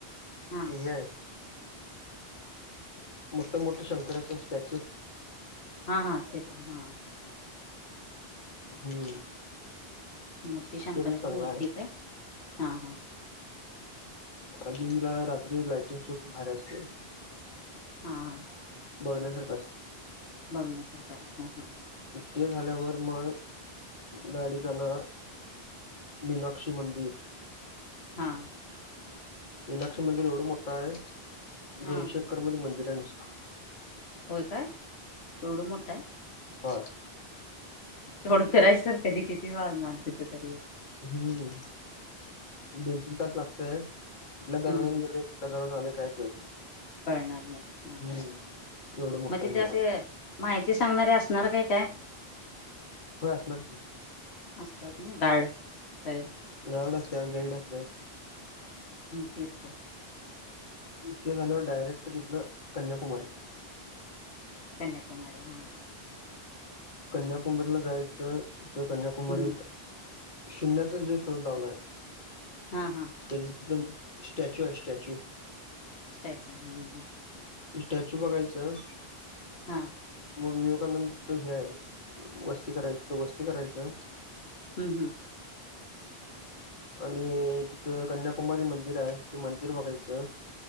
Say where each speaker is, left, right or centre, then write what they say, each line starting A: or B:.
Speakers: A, on the left; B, on the left.
A: हा.
B: हे हाय. मोठं मोठं शंकराचं स्टॅच्यू
A: हा हा तेच हा.
B: हम्म.
A: मोठी शंकराची
B: ते पण चांगलं
A: मूर्ती
B: आहे
A: काय? हा हा.
B: आदी योगीला रात्री लायटिंग शूट भारी असतय.
A: हा हा.
B: बघण्यासारखं असतय.
A: बघण्यासारखं आहे हो हा.
B: ते झाल्यावर मग गाडी जाणार मीनाक्षी मंदिर
A: हा.
B: मीनाक्षी मंदिर एवढं मोठं हाय,
A: हा
B: दोनशे एकर मध्ये मंदिर हाय नुसतं
A: होय काय एवढ मोठ हाय?
B: व्हय.
A: एवढं फिरायच तर कधी किती वाजणार तिथं तरी?
B: हम्म दोन तीन तास लागतय, कुठल्या
A: हम्म
B: दरवाजान
A: हम्म
B: गेलय? कुठल्या दरवाज्यान आलोय काय कळत नाही?
A: कळणार नाही, हा हा
B: हम्म एवढं मोठं
A: मग तिथ
B: आहे मंदिर
A: असे माहिती सांगणारे असणार का काय?
B: होय असणार की,
A: असतात नाही गाड साईड
B: गारड असत गाईड असतात
A: तेच आहे
B: इतके झाल्यावर डायरेक्ट तिथं कन्याकुमारी
A: कन्याकुमारी हा
B: कन्याकुमारीला जायचं तिथं कन्याकुमारीत
A: हम्म
B: शून्याचा जो शोध लावला आहे
A: हा हा
B: तर एकदम स्टॅच्यू आहे स्टॅच्यू
A: स्टॅच्यू ह्म
B: त स्टॅच्यू बघायचं
A: हां
B: मग विवेकानंदच हे आहे वस्ती करायचं तर वस्ती करायचं
A: ह ह
B: <inaudible> आणि तिथं कन्याकुमारी मंदिर आहे ते मंदिर बघायचं